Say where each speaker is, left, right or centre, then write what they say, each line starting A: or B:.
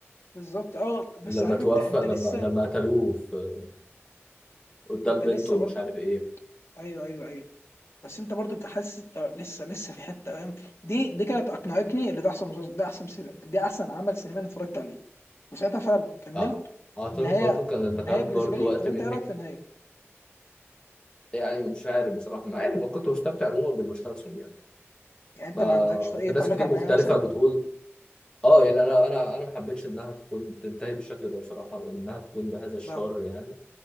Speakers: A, on the left; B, on the left.
A: بالظبط اه بس
B: لما
A: عارف
B: توفى
A: انت انت
B: لما
A: لسه
B: لما قتلوه في- قدام
A: انت
B: بنته
A: لسه
B: ومش
A: برضو
B: عارف ايه
A: ايوه ايوه ايوه بس انت برضو حاسس انت لسه لسه في حته فاهم دي دي كانت اقنعتني اللي ده احسن مسلسل ده احسن سينما دي احسن عمل سينمائي أنا اتفرجت عليه وساعتها فعلا كملت
B: آه، اعتقد
A: النهايه
B: برضو كان اللي
A: النهايه
B: خد
A: بالنسبه
B: برضو
A: لي
B: وقت
A: طب انت
B: منك
A: ايه رايك في النهايه؟
B: يعني مش عارف بصراحه مع اني ما كنت مستمتع عموما بالمسلسل يعني
A: يعني انت
B: ما
A: ما عندكش اي
B: كان
A: تعليق
B: ناس كتير
A: على النهايه
B: مختلفة
A: مثلا؟
B: بتقول اه يعني انا انا انا ما حبيتش انها تكون تنتهي بالشكل ده بصراحة وانها تكون بهذا الشر
A: لا
B: يعني